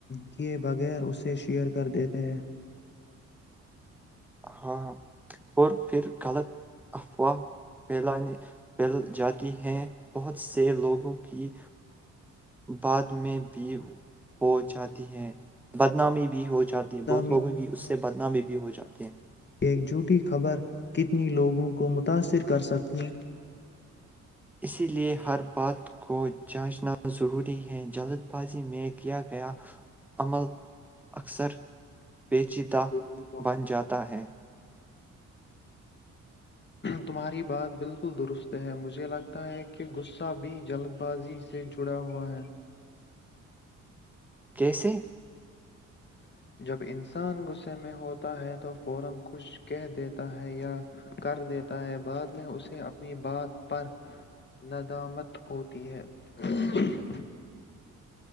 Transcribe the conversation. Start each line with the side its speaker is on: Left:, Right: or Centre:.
Left: کیے بغیر اسے شیئر کر دیتے ہیں
Centre: ہاں اور پھر غلط افواہ پھیلانے پھیل جاتی ہیں بہت سے لوگوں کی بعد میں بھی ہو جاتی ہے بدنامی بھی ہو چاہتی ہیں
Left: نامی
Centre: بہت لوگوں کی اس بدنامے بھی ہو جاتے ہیں
Left: یہ ایک جھوٹی خبر کتنی لوگوں کو متاثر کر سکتی ہیں
Centre: اسی لئے ہر بات کو جانچنا ضروری ہے جلد بازی میں کیا گیا عمل اکثر پیچیدہ
Left: ہے
Centre: بن جاتا ہے
Left: تمہاری بات بالکل درست ہے مجھے لگتا ہے کہ غصہ بھی جلد بازی سے جڑا ہوا ہے
Centre: کیسے
Left: <unintelligible>